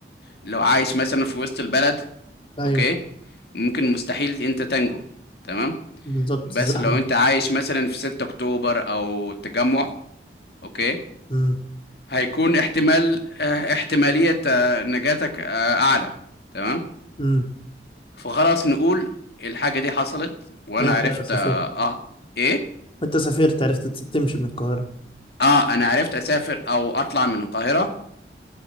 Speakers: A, on the left; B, on the left.
A: لو عايش مثلا في وسط البلد
B: ايوه
A: اوكي ممكن مستحيل انت تنجو تمام
B: بالظبط
A: بس
B: الزحمة
A: لو انت عايش مثلا في 6 اكتوبر او التجمع اوكي
B: امم
A: هيكون احتمال اه، احتمالية اه، نجاتك اه، اعلى تمام
B: امم
A: فخلاص نقول الحاجة دي حصلت وانا
B: انت
A: عرفت
B: يا سفير
A: اه اه، ايه
B: وانت سافرت عرفت تس- تمشي من القاهرة
A: اه انا عرفت اسافر او اطلع من القاهرة